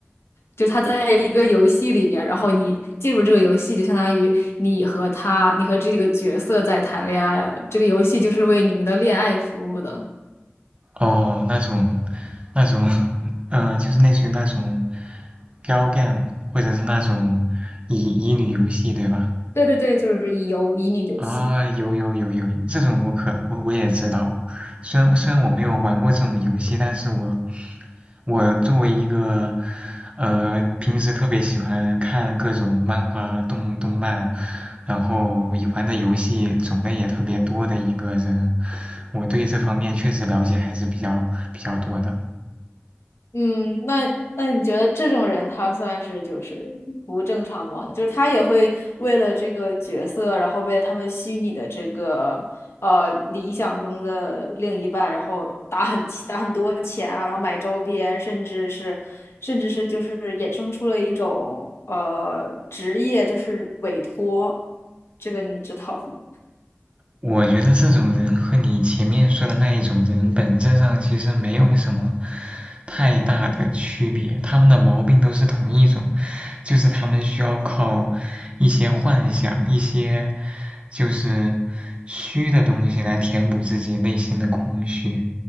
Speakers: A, on the left; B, on the right.
A: 就是他在一个游戏里面，然后你进入这个游戏，就相当于你和他，你和这个角色在谈恋爱了。这个游戏就是为你们的恋爱服务的。
B: 哦，那种，那种，<laughs> 嗯、就是类似于那种 girl game，或者是那种乙乙女游戏，对吧？
A: 对对对，就是乙游乙女游戏。
B: 啊、有有有有，这种我可我我也知道。虽然虽然我没有玩过这种游戏，但是我我作为一个呃平时特别喜欢看各种漫画、动动漫，然后也玩的游戏种类也特别多的一个人，我对这方面确实了解还是比较比较多的。
A: 嗯，那那你觉得这种人他算是就是不正常吗？就是他也会为了这个角色，然后为了他们虚拟的这个呃理想中的另一半，然后打很打很多钱啊，然后买周边，甚至是甚至是就是衍生出了一种呃职业，就是委托，这个你知道吗？
B: 我觉得这种人和你前面说的那一种人本质上其实没有什么太大的区别，他们的毛病都是同一种，就是他们需要靠一些幻想、一些就是虚的东西来填补自己内心的空虚，